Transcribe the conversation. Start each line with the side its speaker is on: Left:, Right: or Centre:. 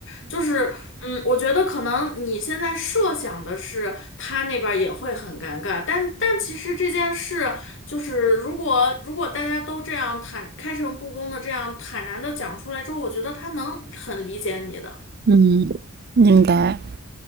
Left: 就是，嗯，我觉得可能你现在设想的是他那边儿也会很尴尬，但但其实这件事就是，如果如果大家都这样坦开诚布公的这样坦然的讲出来之后，我觉得他能很理解你的。
Right: 嗯，应该，